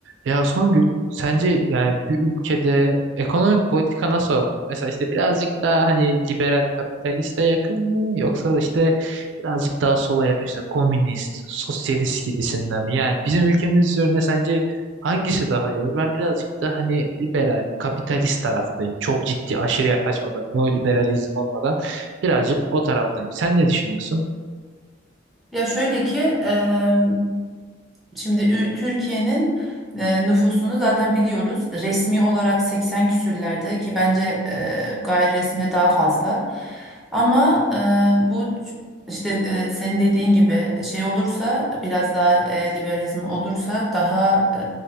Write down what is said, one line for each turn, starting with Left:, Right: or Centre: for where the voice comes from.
Right: Ya Songül, sence yani bir ülkede ekonomik politika nasıl olmalı? Mesela işte birazcık daha hani liberal kapitaliste yakın mı yoksa işte birazcık daha sola yakın işte komünist, sosyalist gibisinden mi? Yani bizim ülkemiz üzerine sence hangisi daha iyi olur? Ben birazcık da hani liberal, kapitalist taraftayım. Çok ciddi, aşırıya kaçmadan, neoliberalizm olmadan birazcık o taraftayım. Sen ne düşünüyorsun?
Centre: Ya şöyle ki e, şimdi Ü- Türkiye'nin e, nüfusunu zaten biliyoruz. Resmi olarak 80 küsürlerde ki bence e, gayri resmi de daha fazla. Ama e, bu ç- işte e, senin dediğin gibi şey olursa biraz daha e, liberalizm olursa daha